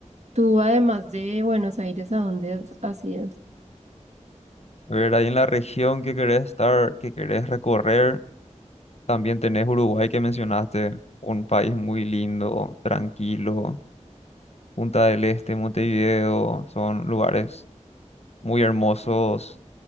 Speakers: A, on the right; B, on the left.
A: Tú, además de Buenos Aires, ¿a dónde has has ido?
B: A ver, ahí en la región que querés estar, que querés recorrer, también tenés Uruguay que mencionaste, un país muy lindo, tranquilo, Punta del Este, Montevideo, son lugares muy hermosos